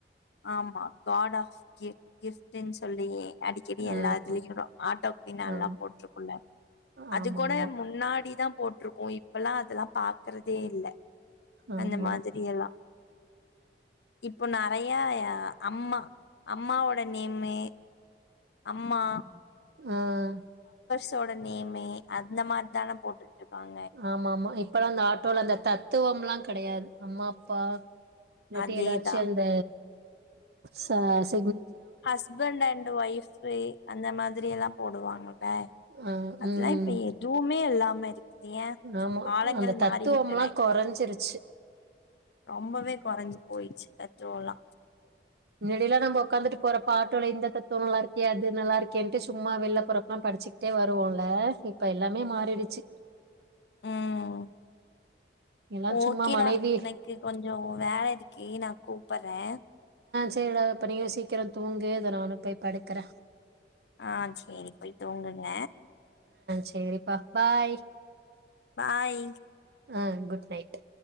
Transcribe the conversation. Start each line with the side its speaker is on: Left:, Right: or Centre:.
Left: ஆமா காட் ஆஃப் கி கிஃப்ட்டுன் சொல்லி அடிக்கடி
Right: ஆ
Left: எல்லாத்திலியு ஆட்டோ பின்னால்லா
Right: ஆம்
Left: போட்ருக்குல்ல அது
Right: ஆமா
Left: கோட
Right: ஆமா
Left: முன்னாடிதா போட்ருக்கூ இ இப்பல்லா அதெல்லா பாக்கறதே இல்ல
Right: ஆமா
Left: அந்த மாதிரி எல்லா இப்போ நறை ய அம்மா அம்மாவோட நேமு அம்மா
Right: ஆஹ்
Left: தோட நேமே அந்த மார்த் தான போட்டுட்ருக்காங்
Right: ஆமாமா இப்பலா இந்த ஆட்டோல அந்த தத்துவம்லா கெடையாது அம்மா அப்பா இல்லாட்டி
Left: அதேதா
Right: எதாச்சு அந்த சஸ்
Left: ஹஸ்பண்டு அண்டு ஒய்ஃபு அந்த மாதிரி எல்லா போடுவாங்க ப
Right: ஆ
Left: அதுலா
Right: ம்
Left: இப்ப எதுவுமே இல்லாம இருக்குது ஏ
Right: ஆமா
Left: காலங்கள்
Right: அந்த தத்துவம்லா
Left: மாறிவிட்டன
Right: கொறஞ்சிருச்சு
Left: ரொம்பவே கொறஞ்சு போயிச்சு தத்துவோல்லா
Right: வெளில நம்ப ஒக்காந்துட்டு போறப்ப ஆட்டோல இந்த தத்துவோ நல்லாருக்கே அது நல்லாருக்கேன்ட்டு சும்மா வெள்ல போறப்பலா படிச்சுக்கிட்டே வருவோல்ல இப்ப எல்லாமே மாறிடுச்சு
Left: ம்
Right: எல்லா
Left: ஓகேடா
Right: சும்மா மனைவி
Left: எனக்கு கொஞ்சோ வேல இருக்கு நா கூப்பறே
Right: சேரிடா ப்ப நீயு சீக்கிரந் தூங்கு இத நானு போய் படுக்கறே
Left: ஆஹ் சேரி போய் தூங்குங்க
Right: சேரிப்பா பாய்
Left: பாய்
Right: ம் குட் நைட்